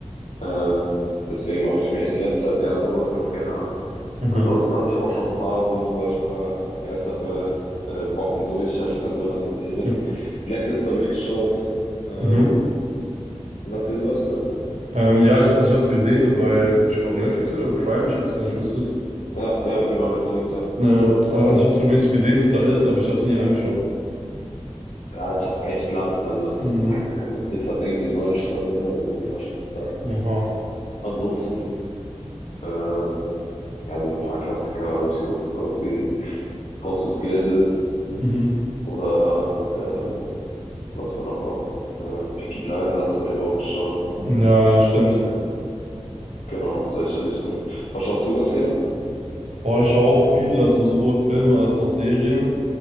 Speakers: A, on the left; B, on the right.
A: Ähm, deswegen mache ich mir in letzter Zeit eher sowas ganz gerne an.
B: Mhm.
A: Ansonsten habe ich auch schon ein paar so, sag ich mal, härtere äh, Brocken durch, <laughs> erstmal so lange Serien.
B: Mhm.
A: Blacklist habe ich geschaut. Ähm,
B: mhm.
A: Sagt ihr das was, ne?
B: Ähm, ja, ich, also ich habe es gesehen, so bei, ich glaube, Netflix oder Prime, ich weiß gar nicht, wo ist das?
A: Ja, ja, genau, Netflix, ja.
B: Ja, also ich habe so mäßig gesehen, dass da ist, aber ich habe es nie angeschaut.
A: Ja, ist auch echt lang. Also es,
B: Mhm.
A: <laughs> es hat irgendwie neun Staffeln oder so, das war schon total.
B: Aha.
A: Ansonsten, ähm, ja, so ein paar Klassiker habe ich geguckt, sowas wie Haus des Geldes
B: Mhm.
A: oder ähm, was war dann noch? Ähm, Peaky Blinders habe ich auch geschaut.
B: Ja, ja, stimmt.
A: Ähm, genau, in solche Richtungen. Was schaust du ganz gerne?
B: Boah, ich schaue auch viel, also sowohl Filme als auch Serien.